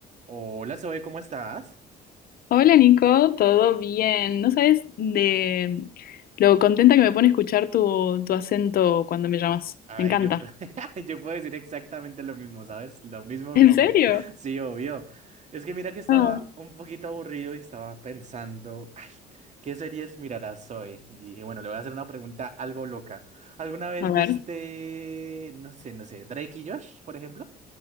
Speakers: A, on the right; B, on the left.
A: Hola, Zoe, ¿cómo estás?
B: Hola Nico, ¿todo bien? ¿No sabes de lo contenta que me pone escuchar tu, tu acento cuando me llamas?
A: Ay,
B: Me encanta.
A: yo, pu- <laughs> yo puedo decir exactamente lo mismo, ¿sabes? Lo mismo,
B: <laughs> ¿En
A: mismo.
B: serio?
A: <laughs> Sí, obvio. Es que mira que estaba
B: Ah.
A: un poquito aburrido y estaba pensando, ay, ¿qué series mirarás hoy? Y dije, bueno, le voy a hacer una pregunta algo loca. ¿Alguna vez
B: A
A: viste,
B: ver.
A: no sé, no sé, Drake y Josh, por ejemplo?